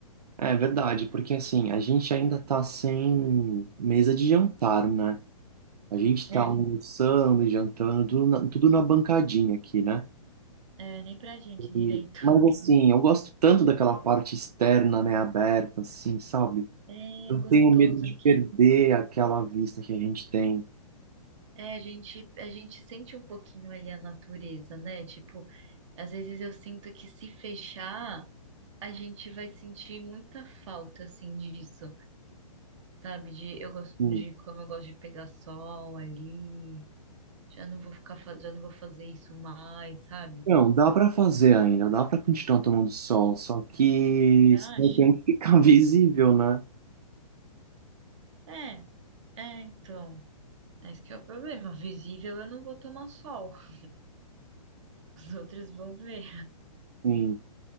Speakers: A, on the right; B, on the right.
A: É verdade, porque assim, a gente ainda tá sem mesa de jantar, né? A gente
B: É,
A: tá almoçando, e jantando, tudo na, tudo na bancadinha aqui, né?
B: é, nem pra gente
A: E-
B: direito. <laughs>
A: mas assim, eu gosto tanto daquela parte externa, né, aberta, assim, sabe?
B: É
A: Eu
B: gostoso,
A: tenho medo de
B: porque
A: perder aquela vista que a gente tem.
B: é, a gente, a gente sente um pouquinho ali a natureza, né? Tipo, às vezes eu sinto que se fechar, a gente vai sentir muita falta, assim, disso. Sabe, de eu gosto
A: Hum.
B: de como eu gosto de pegar sol ali. Já não vou ficar, fa- já não vou fazer isso mais, sabe?
A: Não, dá pra fazer ainda, dá pra continuar tomando sol, só que
B: Você
A: isso
B: acha?
A: daí tem que ficar <laughs> visível, né?
B: É, é, então. Esse que é o problema. Visível eu não vou tomar sol. <laughs> Os outros vão ver.
A: Sim.